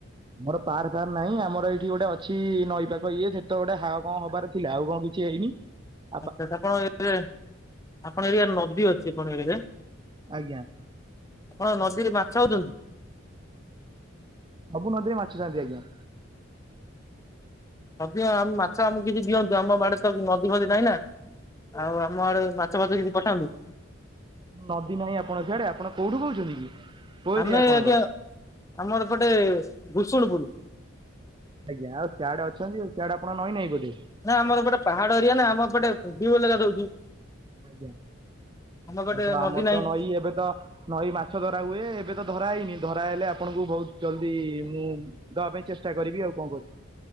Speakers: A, on the right; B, on the left.
A: ଆମର ପାର୍କ ଫାର୍କ ନାହିଁ ଆମର ଏଇଠି ଗୋଟେ ଅଛି ନଈ ପାଖ ଇଏ ସେ ତ ଗୋଟେ ହା- କଣ ହବାର ଥିଲା ଆଉ କଣ କିଛି ହେଇନି। ହ
B: ଆଚ୍ଛା ଆପଣ <unintelligible> ଆପଣ ଏରିଆ ନଦୀ ଅଛି ଆପଣ ଏରିଆରେ?
A: ଆଜ୍ଞା
B: ଆପଣଙ୍କ ନଦୀରେ ମାଛ ଆଉଚନ୍ତି?
A: ସବୁ ନଦୀରେ ମାଛ ଥାନ୍ତି ଆଜ୍ଞା।
B: ଦିଅ ମାଛ ଆମକୁ କିଛି ଦିଅନ୍ତୁ ଆମ ଆଡେ ତ ନଦୀ ଫଦି ନାହିଁ ନା। ଆଉ ଆମ ଆଡେ ମାଛ ଫାଛ କିଛି ପଠାନ୍ତୁ।
A: ନଦୀ ନାହିଁ ଆପଣ ସିଆଡେ ଆପଣ କଉଠୁ କହୁଚନ୍ତି କି? କୋଉ
B: ଆମେ
A: ଏରିଆ ଆପଣଙ୍କର?
B: ଆଜ୍ଞା ଆମର ଏପଟେ ଭୁସଣପୁରୁ।
A: ଆଜ୍ଞା ଆଉ ସିଆଡେ ଅଛନ୍ତି ଆ- ସିଆଡେ ଆପଣଙ୍କ ନଈ ନାହିଁ ବୋଧେ?
B: ନା ଆମର ଏପଟେ ପାହାଡ ଏରିଆ ନା ଆମର ଏପଟେ ଭିଉ ଅଲଗା ରହୁଚି।
A: ଆଜ୍ଞା ଆଉ
B: ପଟେ
A: ତ ଆମର
B: ନଦୀ ନାହିଁ।
A: ତ ନଈ ଏବେ ତ ନଈ ମାଛ ଧରା ହୁଏ ଏବେ ତ ଧରା ହେଇନି ଧରାହଲେ ଆପଣଙ୍କୁ ବହୁତ୍ ଜଲ୍ଦି ମୁଁ ଦବା ପାଇଁ ଚେଷ୍ଟା କରିବି ଆଉ କଣ କରି